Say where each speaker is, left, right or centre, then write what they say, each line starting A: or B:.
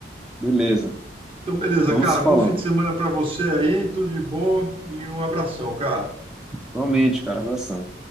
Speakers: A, in the centre; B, on the right.
A: Beleza.
B: Então, beleza,
A: Vamos
B: cara.
A: se falando.
B: Bom fim de semana para você aí. Tudo de bom e um abração, cara.
A: Realmente, cara. Abração.